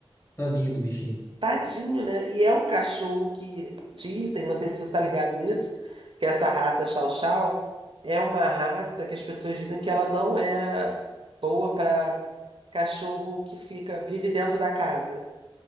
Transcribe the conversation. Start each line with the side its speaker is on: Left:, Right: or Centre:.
Left: Tadinho do bichinho.
Right: Tadinho, né? E é um cachorro que dizem, não sei se você está ligado nisso, que essa raça Chow Chow é uma raça que as pessoas dizem que ela não é boa para cachorro que fica, vive dentro da casa.